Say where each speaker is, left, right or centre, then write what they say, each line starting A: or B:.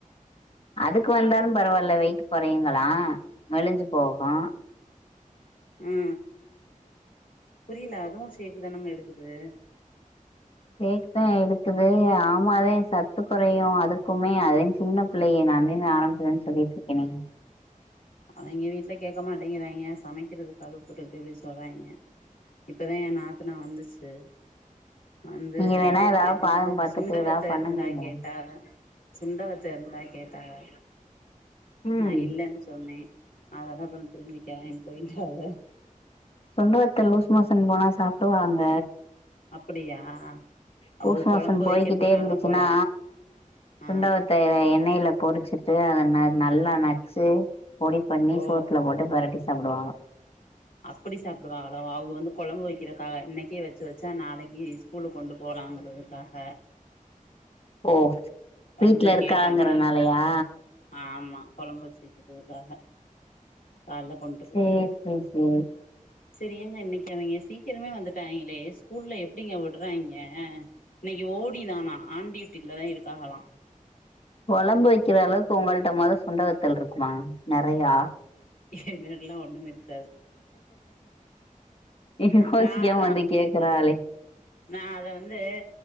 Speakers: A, on the left (about 45°); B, on the left (about 85°).
A: அதுக்கு வந்தாலு பரவாயில்ல வெயிட் குறையுங்களா மெலிஞ்சு போகு
B: அ புரியல அதுவு சேக்குதானங்க எடுக்குது
A: சேக் தான் எடுக்குது ஆமாதே சத்து குறையு அதுக்குமே அதே சின்ன பிள்ளைக அன்னைக்கே ஆரம்பிதிலிருந்தே சொல்லிட்டு இருக்கனே
B: அவிங்க வீட்ல கேட்க மாட்டேங்கிறாங்க சமைக்கிறதுக்கு அலுப்புபட்டுக்கிட்டு இப்படி சொல்றாங்க இப்போதா ஏ நாத்துனா வந்துச்சு வந்து
A: நீங்க வேணா
B: அதுக்கு
A: ஏதாவது
B: என்னது
A: பாதம் பாத்துட்டு
B: சுண்டவத்த
A: ஏதாவது பண்ணுங்கங்க
B: இருந்தா கேட்டாஹ சுண்டவத்து இருந்தா கேட்டாஹ
A: ம்
B: நா இல்லைன் சொன்னே அதோட அப்புற திரும்பி கெலம்பி போய்ட்டாஹ
A: சுண்ட வத்தல் லூஸ் மோசன் போனா சாப்டுவாங்க
B: அப்படியா
A: லூஸ்
B: அவுக
A: மோஷன்
B: கொழம்பு
A: போய்கிட்டே
B: வைக்க போறாக
A: இருந்துச்சுன்னா
B: போல ஆ
A: சுண்டவத்த எண்ணெயில பொரிச்சு சு அத நல்லா நச்சு பொடி பண்ணி
B: ஓ
A: சோத்துல போட்டு பெரட்டி சாப்டுவாக
B: அப்படி சாப்பிடுவாகளோ அவங்க வந்து குழம்பு வைக்கிறக்காக இன்னைக்கே வச்சு வச்சா நாளைக்கு ஸ்கூலு கொண்டு போகலாங்கிறதுக்காக
A: ஓ வீட்ல
B: வந்து
A: இருக்காங்கறனாலயா
B: கேட்டாங்க நா அப்றோ ஆமா கொழம்பு வச்சுவ க்குறதுக்காக கால்ல கொண்டு போறக்கு
A: சேரி சேரி சேரி
B: சரி ஏங்க இன்னைக்கு அவிங்க சீக்கிரமே வந்துட்டாங்களே ஸ்கூல்ல எப்டிங்க உடுறாய்ங்க இன்னைக்கு ஓடி தானா ஆண்டி வீட்டில தா இருக்காகலா
A: கொழம்பு வைக்கிற அளவுக்கு ஒங்கள்ட மொத சுண்டவத்தல்ருக்குமா நறையா
B: என்னட்ல்லா ஒண்ணுமேருக்
A: யோசிக்காம
B: நா அதெல்லா
A: வந்து கேக்குறாலே
B: நா அத வந்து